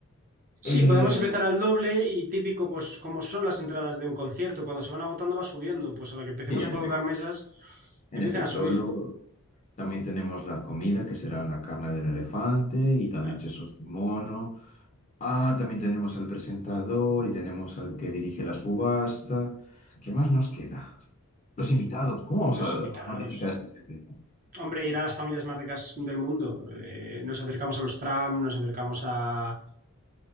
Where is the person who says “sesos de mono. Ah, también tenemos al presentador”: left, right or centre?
Left